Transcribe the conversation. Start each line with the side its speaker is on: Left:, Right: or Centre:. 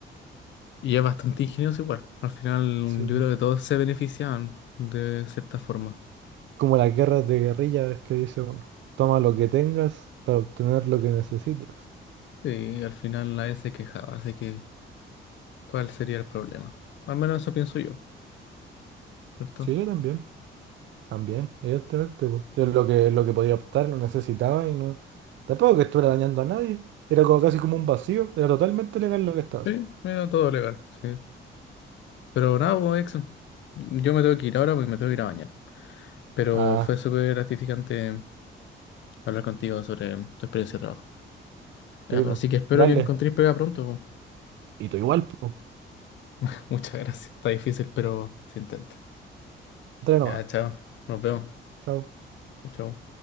Left: y es bastante ingenioso igual. Al final,
Right: Sí,
Left: yo
Right: po.
Left: creo que todos se beneficiaban de cierta forma.
Right: Como las guerras de guerrillas que dice uno. Toma lo que tengas para obtener lo que necesitas.
Left: Y al final nadie se quejaba, así que ¿Cuál sería el problema? Al menos eso pienso yo, ¿cierto?
Right: Sí, yo también. También, evidentemente, pues. Es lo que, lo que podía optar, lo necesitaba y no. Tampoco que estuviera dañando a nadie. Era como casi como un vacío. Era totalmente legal lo que estaba
Left: Sí,
Right: haciendo.
Left: mira, todo legal, sí. Pero nada, pues, Exxon, yo me tengo que ir ahora porque me tengo que ir a bañar. Pero
Right: Ah,
Left: fue súper gratificante hablar contigo sobre tu experiencia de trabajo. Eh,
Right: sí, pues.
Left: Así que espero
Right: Dale.
Left: que encontréis pega pronto.
Right: Y tú igual, pues.
Left: <laughs> Muchas gracias. Está difícil, pero se intenta.
Right: Dale
Left: Ya,
Right: nomás.
Left: chao. Nos vemos.
Right: Chao.
Left: Chao.